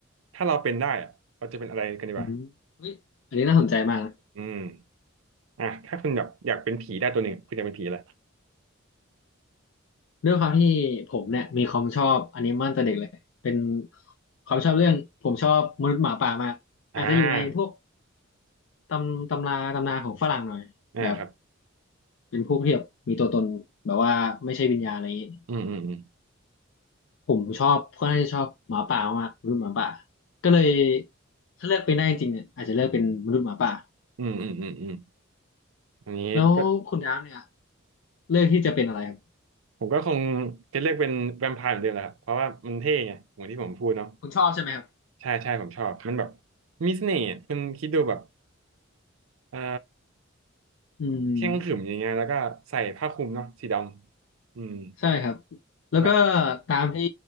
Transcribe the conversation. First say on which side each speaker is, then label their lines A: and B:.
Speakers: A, on the right; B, on the left.
A: ถ้าเราเป็นได้อะเราจะเป็นอะไรกันดีกว่า
B: อืมเฮ้ยอันนี้น่าสนใจมากนะ
A: อืมอ่ะถ้าคุณแบบอยากเป็นผีได้ตัวหนึ่งคุณจะเป็นผีอะไร
B: ด้วยความที่ผมเนี่ยมีความชอบอนิเมะตั้งแต่เด็กเลยเป็นความชอบเรื่องผมชอบมนุษย์หมาป่ามากอาจจะอยู่ในพวก
A: อ่า
B: ตำตำราตำนานของฝรั่งหน่อยแบบ
A: อ่าครับ
B: เป็นพวกที่แบบมีตัวตนแบบว่าไม่ใช่วิญญาณอะไรอย่างนี้
A: อืมอืมอืม
B: ผมชอบค่อนข้างจะชอบหมาป่ามากมนุษย์หมาป่าก็เลยถ้าเลือกเป็นได้จริงๆเนี่ยอาจจะเลือกเป็นมนุษย์หมาป่า
A: อืมอืมอืมอืมอืมอันนี้ก็
B: แล้วคุณดาวเนี่ยเลือกที่จะเป็นอะไรครับ
A: ผมก็คงจะเลือกเป็นแวมไพร์เหมือนเดิมแหละครับเพราะว่ามันเท่ไงเหมือนที่ผมพูดเนาะ
B: คุณชอบใช่ไหมครับ
A: ใช่ใช่ผมชอบมันแบบมีเสน่ห์อะคุณคิดดูแบบเอ่อ
B: อืม
A: เที่ยงขรึมอย่างเงี้ยแล้วก็ใส่ผ้าคลุมเนาะสีดำอืม
B: ใช่ครับแล้วก็
A: แบบ
B: ตามที่